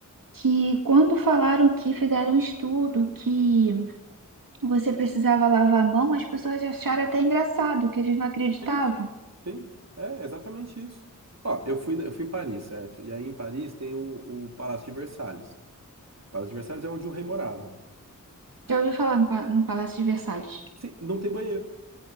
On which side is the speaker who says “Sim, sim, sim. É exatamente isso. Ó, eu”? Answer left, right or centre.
Right